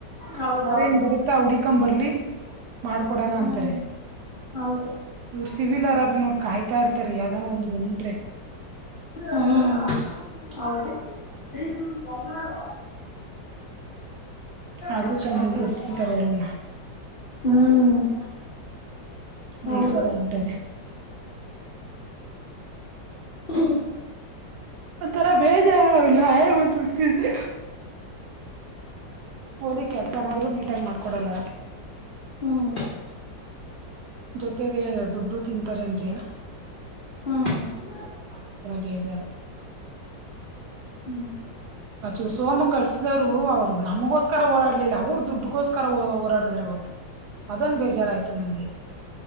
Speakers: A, on the left; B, on the right.
A: ಹೌದೌದು
B: ಅವರೇನ್ ಬರುತ್ತಾ ಹುಡಿಕಂಡ್ ಬರ್ಲಿ ಮಾಡ್ಕೊಡೋಣ
A: ಹ್ಮ್
B: ಅಂತಾರೆ
A: ಹೌದು
B: ಇವರು ಸಿವಿಲ್ ಅವರಾದ್ರರುನು ಅವ್ರ್ ಕಾಯ್ತಾ ಇರ್ತಾರೆ. ಯಾವ್ದಾನ ಒಂದ್ ಬಂದ್ಬಿಟ್ರೆ
A: ಹ್ಮ್ ಹೌದು. <unintelligible> ಬಂಗಾರ <unintelligible>
B: ಆದ್ರೂ ಚೆನ್ನಾಗ್ ದುಡ್ಡು ತಿಂತಾರೆ ಹೇಳಮ್ಮ
A: ಹ್ಮ್. ಹೌದು
B: ಬೇಜಾರ ಎಂತದೆ.
A: ಹ್ಮ್.
B: ಒಂತರ ಬೇಜಾರ ಆಗಲ್ಲ <unintelligible> ಬಿಡ್ತಿದಿ ಓದಿ ಕೆಲ್ಸನಾದ್ರು ನೀಟಾಗಿ ಮಾಡ್ಕೊಡಲ್ಲ.
A: ಹ್ಮ್
B: ಜೊತೆಗೆ ದುಡ್ಡು ತಿಂತಾರೆ ಅಂದ್ರೆ
A: ಹ್ಮ ಹಾ
B: ಅ ಬೇಜಾರು.
A: ಹ್ಮ್
B: ಅ ಚೂರು ಸೋಮು ಕಳಸಿದವ್ರು ಅವ್ರು ನಮಗೋಸ್ಕರ ಓಡಾಡ್ಲಿಲ್ಲ ಅವ್ರ್ ದುಡ್ಗೋಸ್ಕರ ಓಡಾಡದ್ರ್ ಅವತ್ತು. ಅದೊಂದ್ ಬೇಜಾರಾಯ್ತು ನನಗೆ.